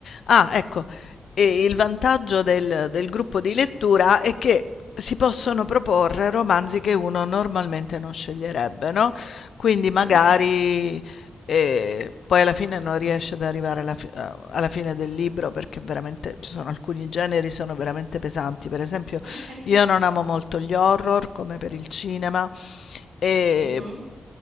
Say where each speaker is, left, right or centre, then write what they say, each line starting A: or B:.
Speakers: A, on the left (about 75°); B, on the right (about 80°).
A: ah, ecco, ehm, il vantaggio del del gruppo di lettura è che si possono proporre romanzi che uno normalmente non sceglierebbe, no, quindi magari
B: Ok.
A: e poi alla fine non riesce ad arrivare alla, fi- a- alla fine del libro perché veramente ci sono alcuni generi sono veramente pesanti. Per esempio,
B: <laughs>
A: io non amo molto gli horror come per il cinema, e,
B: Mhm.